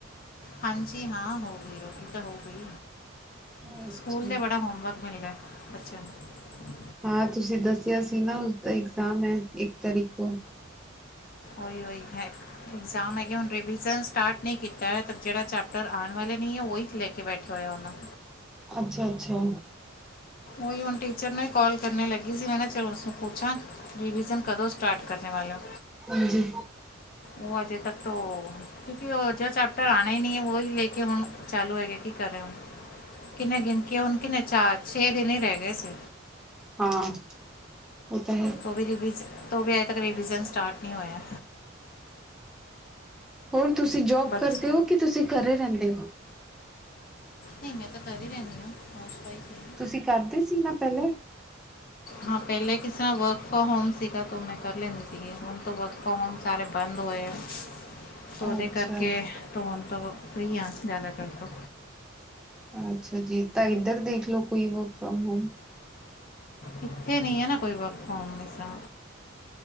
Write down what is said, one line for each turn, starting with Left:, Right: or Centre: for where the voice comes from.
Left: ਹਾਂਜੀ ਹਾਂ ਹੋ ਗਈ ਰੋਟੀ, ਰੋਟੀ ਤਾਂ ਹੋ ਗਈ।
Centre: ਅੱਛਾ।
Left: ਸਕੂਲ ਦੇ ਬੜਾ ਹੋਮਵਰਕ ਮਿਲਦੈ ਬਚਿਆ ਨੂੰ।
Centre: ਹਾਂ, ਤੁਸੀਂ ਦੱਸਿਆ ਸੀ ਨਾ ਉਸਦਾ ਇਗਜ਼ਾਮ ਹੈ, ਇੱਕ ਤਰੀਕ ਤੋਂ।
Left: ਔਈਔ ਹੀ ਹੈਗ ਐਗਜਾਮ ਹੈਗੇ ਹੁਣ ਰਿਵੀਜਨ ਸਟਾਰਟ ਨੀ ਕੀਤੈ, ਜੇੜਾ ਚੈਪਟਰ ਆਣ ਵਾਲੇ ਨੀ ਔ ਓਹੀਕ ਲੈ ਕੇ ਬੈਠੇ ਹੋਏ ਆ ਔਨੂੰ।
Centre: ਅੱਛਾ-ਅੱਛਾ
Left: ਔਹੀ ਹੁਣ ਟੀਚਰ ਨੂੰ ਈ ਕਾਲ ਕਰਨੇ ਲੱਗੀ ਸੀ, ਮੈਂ ਨਾ ਚਲੋ ਉਸਨੂੰ ਪੁਛਾਂ। ਰਿਵਿਜ਼ਨ ਕਦੋਂ ਸਟਾਰਟ ਕਰਨੇ ਵਾਲੇ ੳ?
Centre: ਹਾਂਜੀ
Left: ਓਹ ਅਜੇ ਤੱਕ ਤੋਂ ਕਿਉਂਕਿ ੳ ਜੋ ਚੈਪਟਰ ਆਣਾ ਈ ਨੀ ਐ ਵੋਹੀ ਲੇ ਕੇ ਹੁਣ ਚਾਲੂ ਹੈਗੇ ਕੀ ਕਰ ਰੇ ਹੁਣ? ਕਿੰਨੇ ਗਿਣਕੇ ਹੁਣ ਕਿੰਨੇ ਚਾਰ ਛੇ ਦਿਨ ਹੀ ਰੈ ਗਏ ਸੀ।
Centre: ਹਾਂ। ਉਹ ਤਾਂ ਹੈ।
Left: ਤੋਵੀ ਰਿਵੀਜ ਤੋ ਵੀ ਅਜੇ ਤੱਕ ਰਿਵੀਜਨ ਸਟਾਰਟ ਨੀ ਹੋਯਾ।
Centre: ਹੋਰ ਤੁਸੀਂ ਜੋਬ
Left: ਬਚ
Centre: ਕਰਦੇ ਹੋ? ਕਿ ਤੁਸੀਂ ਘਰੇ ਰੈੰਦੇ ਔ?
Left: ਨਹੀਂ ਮੈਂ ਤਾਂ ਘਰ ਹੀ ਰੈੰਦੀ ਆਂ, ਹਾਊਸ ਵਾਈਫ। ਹਾਂ
Centre: ਤੁਸੀਂ ਕਰਦੇ ਸੀ ਨਾ ਪੈਲਾ
Left: ਹਾਂ, ਪੈਲੇ ਕਿਸ ਸਰਾ ਵਰਕ ਫਰੋਮ ਹੋਮ ਸੀਗਾ, ਤੋ ਮੈਂ ਕਰ ਲੈਂਦੀ ਸੀਗੀ ਹੋਣ ਤਾ ਵਰਕ ਫਰੋਮ ਹੋਮ ਸਾਰੇ ਬੰਦ ਹੋਏ ਆ ਅਤੇ ਉਹਦੇ
Centre: ਅੱਛਾ
Left: ਕਰਕੇ ਧੋਣ ਫਰਿ ਆ ਜ਼ਿਆਦਾ ਕਰ ਤੋਂ।
Centre: ਅੱਛਾ ਜੀਤਾਂ ਇੱਧਰ ਦੇਖਲਓ ਕੋਈ ਵਰਕ ਫਰੋਮ ਹੋਮ।
Left: ਇਿੱਥੇ ਨਹੀਂ ਹੈ ਨਾ ਕੋਈ ਵਰਕ ਫਰੋਮ ਐਸਾ